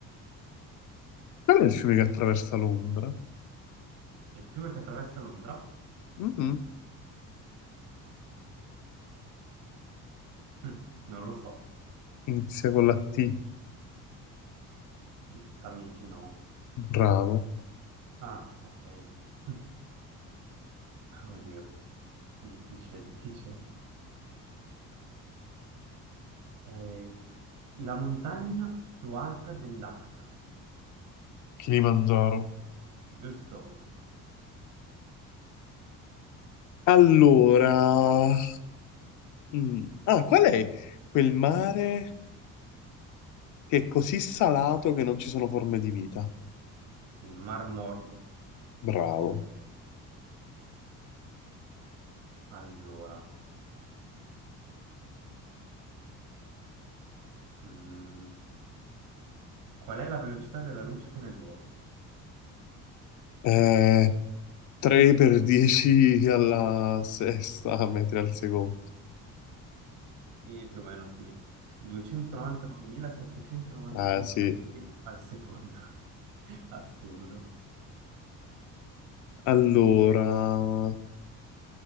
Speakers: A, on the left (about 65°); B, on the right (about 85°).
A: qual è il fiume che attraversa Londra?
B: Il fiume che attraversa Londra?
A: Mhm.
B: Mm, non lo so.
A: Inizia con la T.
B: Il Tamigi no.
A: Bravo.
B: Ah, ok. Mm, Oddio, difficile, difficile. Eh, la montagna più alta dell'Africa,
A: Kilimangiaro.
B: giusto?
A: Allora, mm, ah, qual è quel mare che è così salato che non ci sono forme di vita?
B: Il Mar Morto.
A: Bravo.
B: Allora, mm, qual è la velocità della luce nel vuoto?
A: Eh, 3 per 10 alla sesta, metri al secondo.
B: E più o meno sì, 299.792
A: Ah, sì.
B: km al secondo. <laughs> Assurdo.
A: Allora...